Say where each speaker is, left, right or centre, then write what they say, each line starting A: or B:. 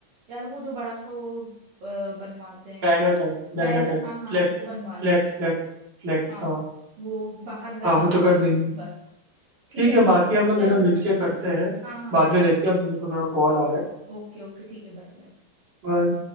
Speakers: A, on the right; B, on the right.
A: यार वो जो बड़ा सा वो अ, बनवाते हैं
B: Banner type banner
A: बैनर
B: type
A: हाँ हाँ
B: Flex
A: वो बनवा
B: Flex
A: लेना
B: flex Flex
A: हाँ
B: हाँ
A: वो बाहर लगाने
B: हाँ वो तो कर
A: की,
B: देंगे
A: बस ठीक
B: ठीक
A: है
B: है बाकी हम लोग
A: चलो
B: है ना मिलके करते हैं
A: हाँ हाँ
B: बाद में देखते हैं अभी मेरे को थोड़ा कॉल आ रहा है
A: ओके ओके ठीक है Bye bye
B: बाय